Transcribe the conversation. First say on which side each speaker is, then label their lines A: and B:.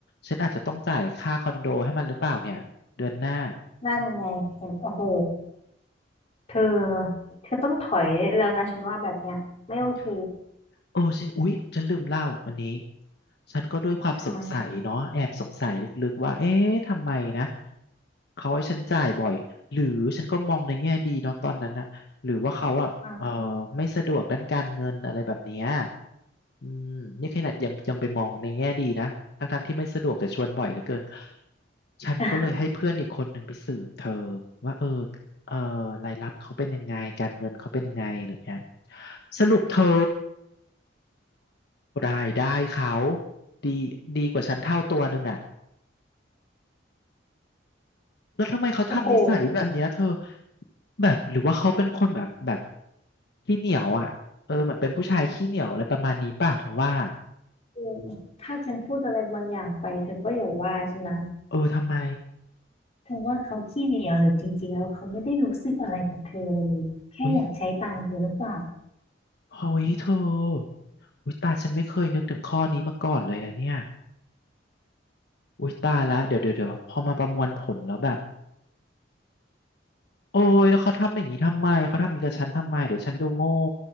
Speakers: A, on the left (about 65°); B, on the left (about 35°).
A: ฉันอาจจะต้องจ่ายค่าคอนโดให้มันหรือเปล่าเนี่ยเดือนหน้า
B: นั่นไงเห็นโอ้โหเธอเธอต้องถอยได้แล้วนะฉันว่าแบบเนี้ยไม่โอเค
A: อืม โอ้ฉันอุ๊ยฉันลืมเล่าอันนี้ฉันก็ด้วยความสงสัยเนาะแอบสงสัยลึกๆว่าเอ๊ะทำไมนะ
B: ทำไม
A: เขาให้ฉันจ่ายบ่อยหรือฉันก็มองในแง่ดีเนาะตอนนั้นนะหรือว่าเขาอ่ะเออ
B: อ่ะ
A: ไม่สะดวกด้านการเงินอะไรแบบเนี้ยอืมนี่ขนาดยังยังไปมองในแง่ดีนะทั้งๆที่ไม่สะดวกแต่ชวนบ่อยเหลือเกินฉันก็เลยให้เพื่อนอีกคนหนึ่งไปสืบเธอ
B: <laughs>
A: ว่าเออเออรายรับเขาเป็นยังไงการเงินเขาเป็นยังไงอะไรเงี้ยสรุปเธอ รายได้เขาดีดีกว่าฉันเท่าตัวหนึงอ่ะแล้วทำไมเขาทำนิสัยแบบเนี้ยเธอ
B: โอ้โห
A: แบบหรือว่าเขาเป็นคนแบบแบบขี้เหนียวอ่ะเออเหมือนเป็นผู้ชายขี้เหนียวอะไรประมาณนี้ป่ะเธอว่า
B: เออถ้าฉันพูดอะไรบางอย่างไปเธอก็อย่าว่าฉันนะ
A: เออทำไม
B: เธอว่าเขาขี้เหนียวหรือจริงๆแล้วเขาไม่ได้รู้สึกอะไรกับเธอเลยแค่อยากใช้ตังค์เธอหรือเปล่า
A: อุ้ยเฮ้ยเธออุ้ยตายฉันไม่เคยนึกถึงข้อนี้มาก่อนเลยนะเนี่ยอุ้ยตายแล้วเดี๋ยวเดี๋ยวเดี๋ยวพอมาประมวลผลแล้วแบบ โอ้ยแล้วเขาทำอย่างนี้ทำไมเขาทำอย่างนี้กับฉันทำไมเดี๋ยวฉันดูโง่